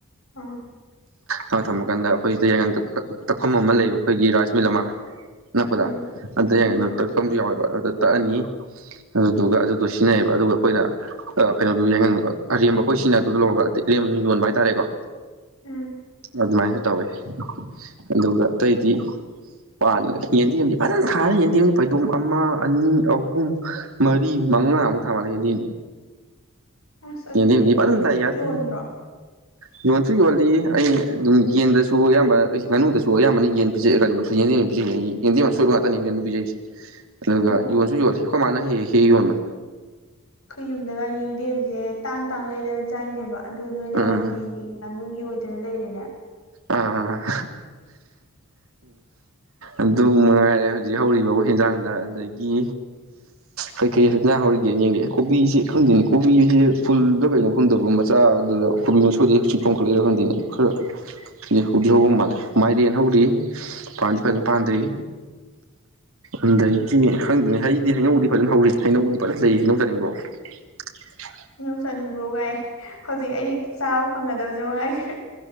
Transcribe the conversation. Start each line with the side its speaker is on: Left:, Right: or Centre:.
Left: ꯑꯥ
Right: ꯑꯃ ꯊꯝꯃꯀꯥꯟꯗ ꯑꯩꯈꯣꯏꯁꯤꯗ ꯌꯥꯏꯉꯪ ꯇꯛ ꯇꯛꯐꯝ ꯑꯃ ꯂꯩꯕ ꯑꯩꯈꯣꯏꯒꯤ ꯔꯥꯏꯁ ꯃꯤꯜ ꯑꯃ ꯅꯛꯄꯗ
Left: ꯎꯝ
Right: ꯑꯗ ꯌꯥꯏꯉꯪ
Left: ꯎꯝ
Right: ꯑꯗꯨ ꯇꯛꯄꯝꯖꯨ ꯌꯥꯎꯋꯦꯕ ꯑꯗꯨꯗ ꯇꯛꯑꯅꯤ ꯑꯗꯨꯗꯨꯒ ꯑꯗꯨꯗꯣ ꯁꯤꯖꯤꯟꯅꯩꯌꯦꯕ ꯑꯗꯨꯒ ꯑꯩꯈꯣꯏꯅ ꯀꯩꯅꯣꯗꯨꯣ ꯌꯥꯏꯉꯪ ꯑꯔꯦꯝꯕ ꯑꯩꯈꯣꯏ ꯁꯤꯖꯤꯟꯅꯗꯧꯗꯨ ꯂꯧꯔꯒ ꯗꯤ ꯑꯔꯦꯝ ꯕꯗꯨꯅ ꯌꯣꯟꯕ ꯍꯥꯏꯇꯥꯔꯦꯀꯣ
Left: ꯎꯝ
Right: ꯑꯗꯨꯃꯥꯏꯁꯨ ꯇꯧꯋꯦ ꯑꯗꯨꯒ ꯑꯇꯩꯗꯤ ꯄꯥꯟꯒꯔ꯭ꯦ ꯌꯦꯟꯗꯦꯝꯗꯤ ꯐꯖꯅ ꯊꯥꯔꯦ ꯌꯦꯟꯗꯦꯝꯗꯤ ꯐꯩꯗꯣꯝ ꯑꯃ ꯑꯅꯤ ꯑꯍꯨꯝ ꯃꯔꯤ ꯃꯉꯥꯃꯨꯛ ꯊꯥ ꯃꯥꯜꯂꯦ ꯌꯦꯟꯗꯦꯝꯗꯤ
Left: ꯑꯁ ꯑꯗꯨꯗꯤ
Right: ꯌꯦꯟꯗꯦꯝꯗꯤ
Left: ꯌꯦꯡꯗꯦꯝ
Right: ꯐꯖꯅ ꯊꯥꯏ
Left: ꯌꯣꯟꯗ꯭ꯔꯣ
Right: <unintelligible> ꯌꯣꯟꯁꯨ ꯌꯣꯜꯂꯤ ꯑꯩ ꯑꯗꯨꯝ ꯌꯦꯟꯗꯁꯨ ꯑꯌꯥꯝꯕ ꯑꯩꯒꯤ ꯉꯥꯨꯗꯁꯨ ꯑꯌꯥꯝꯕꯅ ꯌꯦꯟ ꯄꯤꯖꯩ <unintelligible> <unintelligible> ꯌꯦꯟꯗꯦꯝ ꯑꯁꯣꯏꯕ ꯉꯥꯛꯇꯅꯤ ꯉꯥꯅꯨ ꯄꯤꯖꯩꯁꯦ ꯑꯗꯨꯒ
Left: ꯑꯣ
Right: ꯌꯣꯟꯁꯨ ꯌꯣꯜꯂꯤ ꯑꯩꯈꯣꯏ ꯃꯥꯅ ꯍꯦꯛ ꯍꯦꯛ ꯍꯦꯛꯑ ꯌꯣꯟꯕ
Left: ꯑꯩꯈꯣꯏ ꯌꯨꯝꯗꯒ ꯌꯦꯡꯗꯦꯝꯁꯦ ꯇꯥꯡ ꯇꯥꯡ ꯂꯩꯗꯅ ꯆꯥꯏꯅꯦꯕ ꯑꯗꯨ ꯅꯣꯏꯅ
Right: ꯎꯝ
Left: ꯌꯦꯟꯒꯤ ꯉꯥꯅꯨꯒꯤ ꯑꯣꯏꯗꯅ ꯂꯩꯔꯦꯅꯦ
Right: ꯑꯥ ꯑꯗꯨ ꯃꯉꯥꯏꯔꯦ ꯍꯧꯖꯤꯛ ꯍꯧꯔꯤꯕꯕꯨ ꯍꯦꯟꯖꯥꯡꯗ ꯑꯗꯒꯤ ꯀꯩ ꯀꯩ ꯍꯦꯟꯖꯥꯡ ꯍꯧꯔꯤꯒꯦꯅ ꯌꯦꯡꯒ ꯑꯦ ꯀꯣꯕꯤꯁꯤ ꯈꯪꯗꯦꯅꯦ ꯀꯣꯕꯤꯁꯦ ꯐꯨꯜꯗ ꯀꯩꯅꯣ ꯈꯪꯗꯕ ꯃꯆꯥ ꯀꯣꯕꯤ ꯃꯁꯣꯏꯗꯩ ꯆꯣꯡꯈꯠꯂꯤꯔ ꯍꯪꯗꯦ ꯈꯔꯗꯤ ꯍꯧꯗꯤ ꯍꯧꯕ ꯃꯥꯜꯦ ꯃꯥꯏꯔꯦꯟ ꯍꯧꯔꯤ ꯄꯥꯟꯗꯤ ꯐꯖ ꯄꯥꯟꯗꯔꯤ ꯑꯗꯩꯒꯤ ꯈꯪꯗꯅꯤ ꯍꯩꯗꯤ ꯍꯩꯅꯧꯗꯤ ꯐꯖꯅ ꯍꯧꯔꯤ ꯍꯩꯅꯧꯗꯤ ꯐꯖꯅ ꯂꯩ ꯍꯩꯅꯧ ꯆꯥꯅꯤꯡꯕꯔꯣ <unintelligible>
Left: ꯍꯩꯅꯧ ꯆꯥꯅꯤꯡꯕ꯭ꯔꯣ ꯀꯥꯏ ꯍꯧꯖꯤꯛ ꯑꯩꯅ ꯍꯦꯛꯇ ꯆꯥꯕ ꯐꯪꯒꯗꯕꯖꯦ ꯃꯉꯥꯏꯒꯔ꯭ꯦ